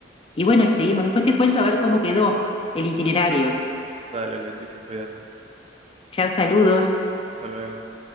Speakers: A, on the left; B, on the right.
A: y bueno, y seguimos. Después te cuento a ver cómo quedó el itinerario.
B: Dale, Leticia, cuídate.
A: Chao, saludos.
B: Hasta luego.